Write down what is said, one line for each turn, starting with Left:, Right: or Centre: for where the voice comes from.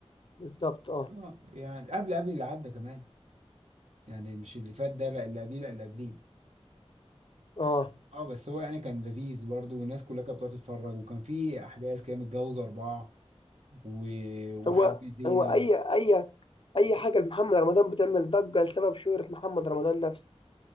Left: بالظبط اه
Right: اه يعني قبل قبل اللي عدى كمان يعني مش اللي فات ده لا اللي قبليه لا اللي قبليه
Left: اه
Right: اه بس هو يعني كان لذيذ برضه والناس كلها كانت بتقعد تتفرج وكان في احداث كده متجوز اربعه و... وحب
Left: هو
Right: زينه
Left: هو اي
Right: و...
Left: اي اي حاجه لمحمد رمضان بتعمل ضجه لسبب شهره محمد رمضان نفسه